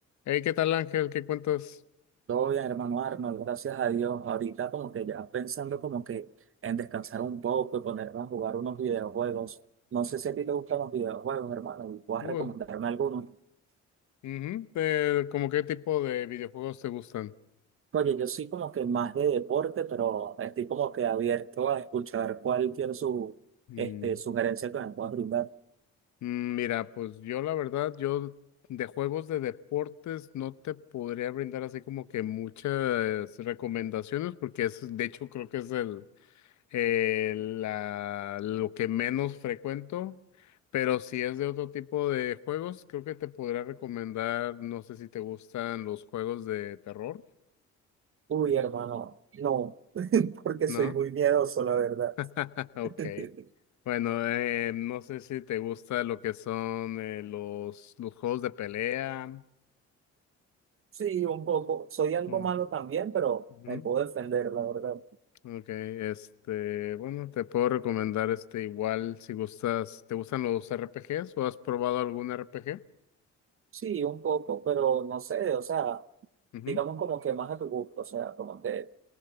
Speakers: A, on the left (about 70°); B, on the right (about 45°).
A: Hey, ¿qué tal, Ángel? ¿Qué cuentas?
B: Todo bien, hermano Arnold, gracias a Dios. Ahorita como que ya pensando como que en descansar un poco y ponerme a jugar unos videojuegos. No sé si a ti te gustan los videojuegos, hermano, y puedas
A: Uh,
B: recomendarme alguno.
A: ujú. Eh, ¿cómo qué tipo de videojuegos te gustan?
B: Oye, yo soy como que más de deporte, pero estoy como que abierto a escuchar cualquier su,
A: Mm,
B: este, sugerencia que me puedas brindar.
A: mm, Mira, pues yo la verdad, yo de juegos de deportes no te podría brindar así como que muchas recomendaciones porque es, de hecho, creo que es el, eh, la, lo que menos frecuento. Pero si es de otro tipo de juegos, creo que te podría recomendar, no sé si te gustan los juegos de terror,
B: Uy, hermano, no, <laughs> porque
A: ¿no?
B: soy muy miedoso, la verdad.
A: <laughs>
B: <laughs>
A: Ok. Bueno, eh, no sé si te gusta lo que son eh, los, los juegos de pelea.
B: Sí, un poco. Soy algo
A: Mm,
B: malo también, pero
A: ujú.
B: me puedo defender, la verdad.
A: Ok, este, bueno, te puedo recomendar este igual si gustas, ¿te gustan los R P RPGs o has probado algún RPG?
B: Sí, un poco, pero no sé, o sea,
A: Ujú,
B: digamos como que más a tu gusto, o sea, como que